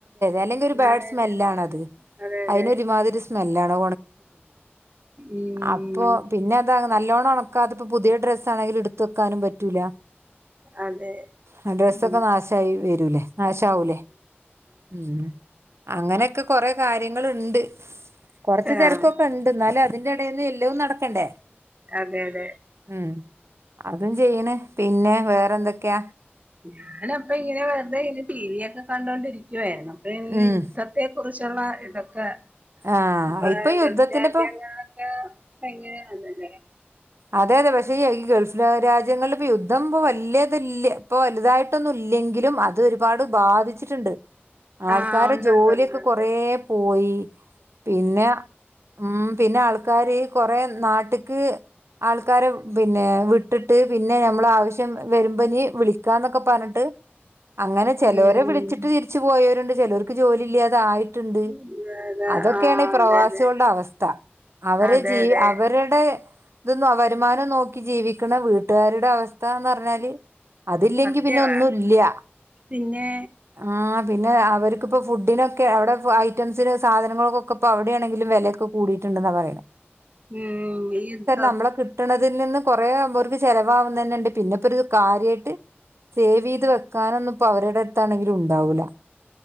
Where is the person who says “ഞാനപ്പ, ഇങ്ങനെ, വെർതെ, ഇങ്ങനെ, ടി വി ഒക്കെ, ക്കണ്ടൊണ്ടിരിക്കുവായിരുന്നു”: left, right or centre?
Right